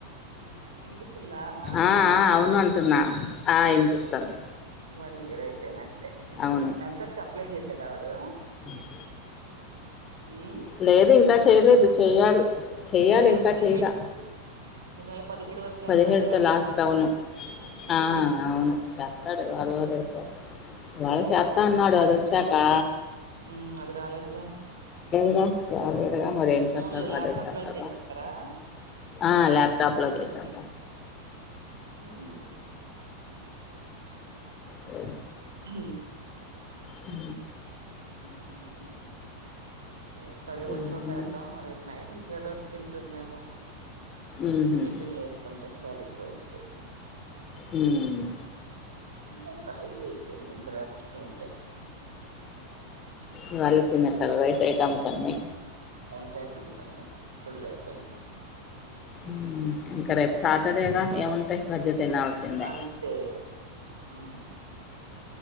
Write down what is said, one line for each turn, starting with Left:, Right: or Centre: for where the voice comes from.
Right: వినిపిస్తుందా
Left: ఆ
Right: ఈ
Left: ఆ
Right: సెమ్
Left: అవును
Right: అయితే
Left: అంటున్నా ఆ ఇనిపిస్తాది
Right: వన్ ఇయర్ అయిపోయినట్టే
Left: అవును
Right: ఎంసెట్కి అప్లై చేసాడ వడు
Left: ఆ
Right: ఉమ్
Left: లేదు ఇంకా చేయలేదు చెయాలి చెయ్యాలి
Right: ఈ నెల
Left: ఇంకా
Right: పదిహేడు
Left: చెయాల
Right: ఈ నెల పదిహేడు వరకే
Left: పదిహేడుతో
Right: అన్నారుగా
Left: లాస్ట్
Right: డేట్
Left: అవును
Right: ఉమ్
Left: ఆ అవును చెప్పడు వాళ్ళరే మళ్ళీ చేస్తా అన్నాడు అది వచ్చాకా
Right: ఉ అది రాలేదుగా
Left: <unintelligible> రాలే దుగా మరి ఏం చేస్తాడో
Right: ఫోన్ లో ల్యాప్టాప్
Left: అదే చేస్తాడు
Right: లోనే చేసేస్తారా
Left: ఆ లాప్టాప్లో చేసాం
Right: ఉహు ఉమ్.
Left: ఆ
Right: అ
Left: హ
Right: ఇంకా ఎం సంగతి రేపు అదే ఒట్టిపపేద్దాం
Left: ఏమున్నాయి
Right: రేపు నైట్ ఇంకా ఏదో ఒకటి పిండ్లు ఉన్నాయి గా
Left: మ్మ్హ్మ్.
Right: టిఫిన్లు వేసుకుంటే సరిపోయిది
Left: ఉను
Right: అంతా హెవీ అయిపోయింది ఇంకా రేపటికి ఎం లే
Left: ఇవాళే తిన్న సార్ రైస్ ఐటమ్స్ అన్నీ
Right: ఫూడ్ ఐటమ్స్ అన్ని ఫుల్ అయిపోయినాయి
Left: మ్మ్ ఇంకా రేపు సాటర్డేగా కదా ఏముంటాయి <unintelligible> తినాల్సిండా
Right: అంతే ఉమ్.